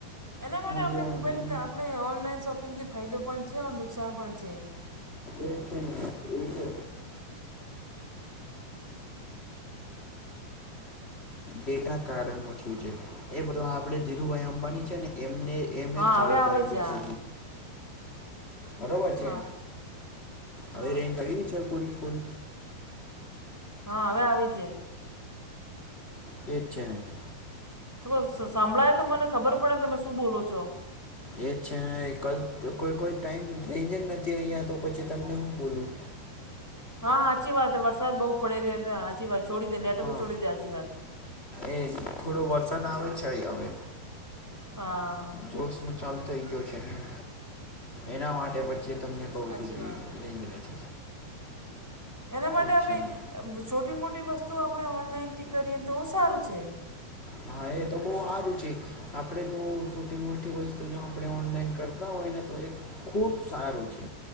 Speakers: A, in the centre; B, on the left.
A: એના માટે આપણે
B: બી ઓનલાઈન
A: મોબાઈલ આપ. આપણે ઓનલાઈન શોપિંગથી ફાયદો પણ છે નુકસાન પણ છે.
B: એ છે એ તો. બેટા કારણ એધ આપણે ધીરુભાઈ અંબાણી છે ને એમને એમ
A: હા
B: ચાલુ
A: હવે આવે
B: કરેલું
A: હા
B: છે. બરોબર છે
A: હા હા
B: હવે રેન્જ આવી છે પૂરી ખૂલ.
A: હા હવે આવીજે.
B: એ છેને <inaudible>
A: તો સાંભળાય તો મને ખબર પડે ને તમે શું બોલો છો.
B: એજ છે ને કોઈ કોઈ ટાઈમ રેન્જ જ નથી અહિયાં તો પછી તમને હું બોલું.
A: હા, હાચી વાત વરસાદ બહું પડી રયો છે હાચી વાત છોડી દે નેટવર્ક
B: હા
A: છોડી દે હાચી વાત.
B: એ થોડો વરસાદ આવે છે અયા હવે.
A: હા.
B: ચોસમો ચાલુ થઈ ગયો છે અહી. એના માટે પછી તમને કવ
A: હાચી
B: છુંકી
A: વાત હે.
B: રેન્જ નથી.
A: એના માટે
B: એ જ
A: આપણે
B: છે ને
A: છોટી મોટી વસ્તુ આપણે ઓનલાઈનથી કરીએ તો સારું છે.
B: હા, એ તો બહું હારું છે. આપણે છોટી મોટી વસ્તુ જો આપણે ઓનલાઈન કરતા હોય ને તો ખૂબ સારું છે.